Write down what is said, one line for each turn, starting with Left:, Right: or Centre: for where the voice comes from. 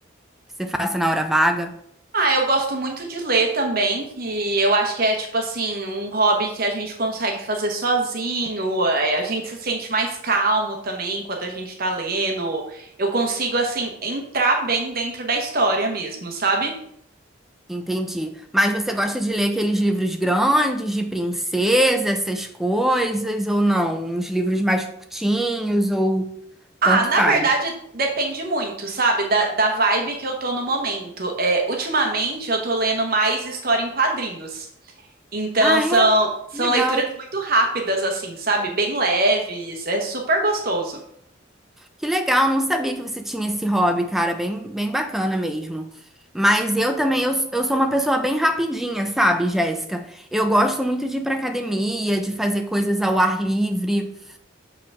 Centre: você faça na hora vaga.
Right: Ah, eu gosto muito de ler também, e eu acho que é tipo assim, um hobby que a gente consegue fazer sozinho, é, a gente se sente mais calmo também quando a gente tá lendo. Eu consigo assim entrar bem dentro da história mesmo, sabe?
Centre: Entendi. Mas você gosta de ler aqueles livros grandes, de princesa, essas coisas, ou não? Uns livros mais curtinhos, ou
Right: Ah,
Centre: tanto
Right: na
Centre: faz?
Right: verdade depende muito, sabe, da, da vibe que eu tô no momento. É, ultimamente eu tô lendo mais história em quadrinhos. Então
Centre: Ah,
Right: são,
Centre: é?
Right: são
Centre: Legal.
Right: leituras muito rápidas, assim, sabe? Bem leves, é super gostoso.
Centre: Que legal, não sabia que você tinha esse hobby, cara, bem, bem bacana mesmo. Mas eu também, eu, eu sou uma pessoa bem rapidinha, sabe, Jéssica? Eu gosto muito de ir pra academia, de fazer coisas ao ar livre.